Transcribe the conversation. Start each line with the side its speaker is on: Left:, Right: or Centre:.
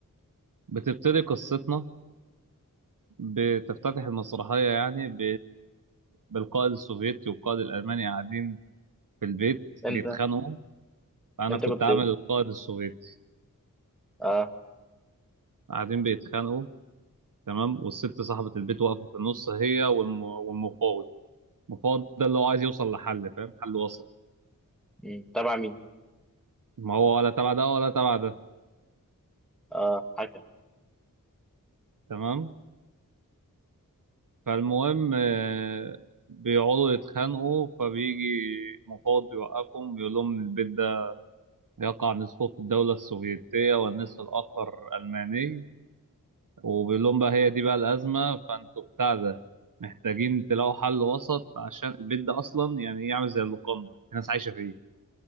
Right: بتبتدي قصتنا بتفتتح المسرحيه يعني ب... بالقائد السوفيتي والقائد الالماني قاعدين في البيت
Centre: انت
Right: بيتخانقوا انا
Centre: انت
Right: كنت
Centre: كنت
Right: عامل
Centre: ايه
Right: القائد السوفيتي
Centre: اه
Right: قاعدين بيتخانقوا تمام والست صاحبة البيت واقفة في النص هي والم- والمفاوض المفاوض ده اللي هو عايز يوصل لحل فاهم حل وسط
Centre: مم. تبع مين
Right: ما هو ولا تبع ده ولا تبع ده
Centre: اه حكم
Right: تمام فالمهم آه، بيقعدوا يتخانقوا فبيجي مفاوض بيوقفهم بيقول لهم إن البيت ده يقع نصفه في الدولة السوفيتية والنصف الآخر ألماني وبيقول لهم بقى هي دي بقى الأزمة فأنتوا بتاع ده محتاجين تلاقوا حل وسط عشان البيت ده أصلا يعني يعمل زي اللوكاندا الناس عايشة فيه